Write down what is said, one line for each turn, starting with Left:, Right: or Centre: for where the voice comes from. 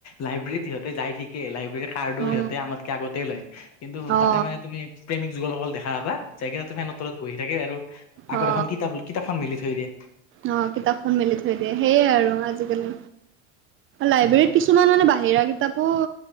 Left: লাইব্ৰেৰীত সিহঁতে যাই ঠিকে লাইব্ৰেৰীত কাৰ্ডো
Right: অ
Left: সিহঁতে আমাতকে আগতেই লয় কিন্তু
Right: অ
Left: তাতে মানে তুমি প্ৰেমিক যুগলসকল দেখা পাবা যাই কিনে ফেনৰ তলত বহি থাকে আৰু আগত
Right: অ
Left: এখন কিতাপ কিতাপখন মিলি থৈ দিয়ে
Right: অ কিতাপখন মেলি থৈ দিয়ে সেইয়ে আৰু আজিকালি লাইব্ৰেৰীত
Left: অ
Right: কিছু কিছুমান মানে বাহিৰা কিতাপো